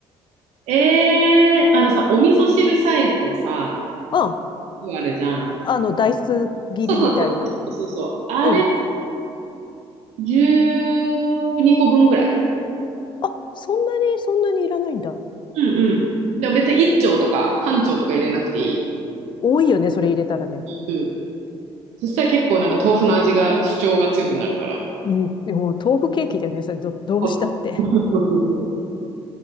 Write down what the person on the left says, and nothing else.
あ、
あの、ダイス切りみたいな。
うん。
あ、そんなに、そんなにいらないんだ。
多いよね、それ入れたらね。
うん。もう豆腐ケーキだよね、それど、どうしたって。